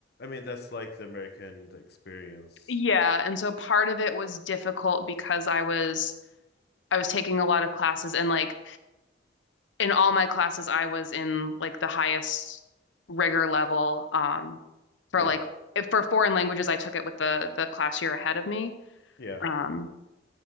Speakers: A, on the left (about 60°); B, on the left (about 80°).
A: mean that's like the american experience
B: yeah, and so part of it was difficult because I was I was taking a lot of classes and like in all my classes I was in like the highest rigor level um for
A: yeah
B: like if for foreign languages I took it with the the class year ahead of me.
A: yeah
B: Um